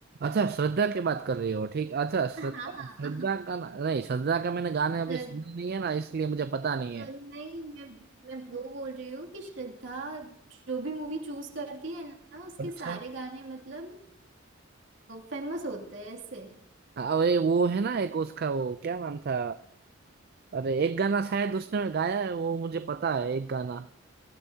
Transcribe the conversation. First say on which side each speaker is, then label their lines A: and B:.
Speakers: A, on the right (about 50°); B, on the right (about 65°).
A: अच्छा श्रद्धा की बात कर रही हो ठीक अच्छा श्रद्धा
B: हाँ
A: श्रद्धा का ना- नहीं श्रद्धा का मैंने गाने अभी
B: श्रद्ध-
A: सुने नहीं है ना इसलिए मुझे पता नहीं है
B: अ, नहीं मैं मैं वो बोल रही हूँ कि श्रद्धा जो भी मूवी चूज करती है ना उसके
A: अच्छा
B: सारे गाने मतलब फेमस होते हैं ऐसे
A: हाँ, अरे वो है ना एक उसका वो क्या नाम था अरे एक गाना शायद उसने गाया है वो मुझे पता है एक गाना